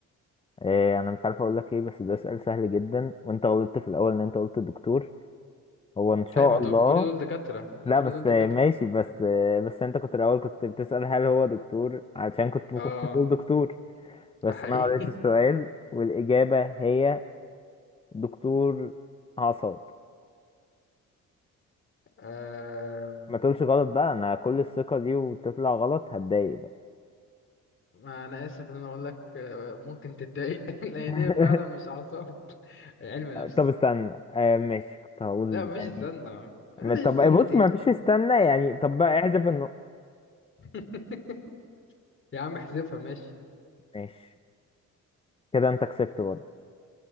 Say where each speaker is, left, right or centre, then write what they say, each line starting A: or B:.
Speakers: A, on the left (about 20°); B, on the left (about 40°).
A: آه أنا مش عارف أقول لك إيه بس ده سؤال سهل جدا وأنت غلطت في الأول إن أنت قلت دكتور هو إن شاء
B: أي ما دول
A: الله
B: كل دول دكاترة
A: <laughs>
B: ما
A: لا
B: كل
A: بس
B: دول دكاترة
A: آه، ماشي بس آه بس أنت كنت الأول كنت بتسأل هل هو دكتور علشان كنت ما
B: اه
A: كنتش هتقول دكتور بس
B: ده حقيقي
A: أنا قريت السؤال
B: <laughs>
A: والإجابة هي دكتور أعصاب
B: آه
A: ما تقولش غلط بقى أنا كل الثقة دي وتطلع غلط هتضايق بقى
B: ما أنا آسف إن أنا أقول لك آه، ممكن تتضايق <laughs> لأن
A: <laughs>
B: هي فعلا مش أعصاب هي علم نفس
A: طب استنى آه ماشي كنت هقول
B: لا مفيش
A: يعني
B: استنى مفيش
A: ما- طب
B: استنى
A: آه، بص
B: ايه
A: ما فيش استنى يعني طب بقى احذف النقط
B: <laughs> يا عم احذفها ماشي
A: ماشي كده انت كسبت برضه